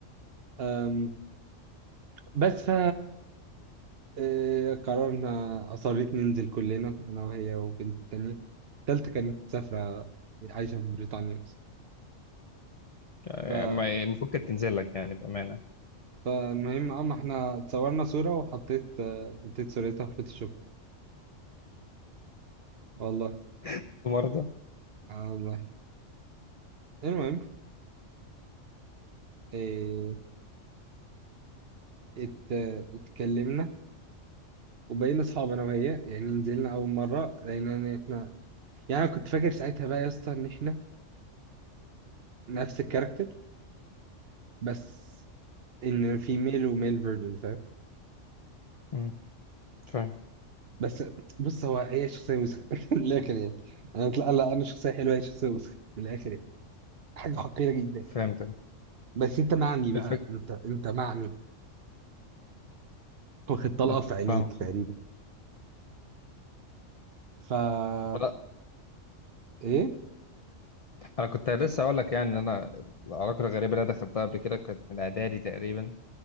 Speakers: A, on the right; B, on the left.
A: أم... بس ف آه، قررنا أصريت ننزل كلنا أنا وهي وبنت التانية التالتة كانت مسافرة عايشة في بريطانيا
B: آه،
A: أصلا
B: ما- المفروض كانت تنزل لك يعني بامانه
A: فالمهم اه ما احنا اتصورنا صورة وحطيت آه، حطيت صورتها في فوتوشوب والله
B: أنت مرضى
A: آه والله المهم إيه ات اتكلمنا وبقينا اصحاب انا وهي يعني نزلنا اول مرة لقينا ان احنا يعني انا كنت فاكر ساعتها بقى يا اسطى ان احنا نفس الكاركتر بس ان في ميل وميل فيرجن فاهم
B: مم. فاهم
A: بس بص هو هي شخصية وسخة <laughs> من الاخر يعني انا لا لا انا شخصية حلوة هي شخصية وسخة من الاخر يعني حاجة حقيرة جدا
B: فهمت
A: بس انت معمي بقى
B: الفكره
A: انت انت معمي واخد طلقة
B: لا، ف-
A: في عينيك
B: فاهمك
A: تقريبا فا
B: لا
A: ايه؟
B: انا كنت لسه اقول لك يعني ان انا العلاقه الغريبه اللي أنا دخلتها قبل كده كانت من اعدادي تقريبا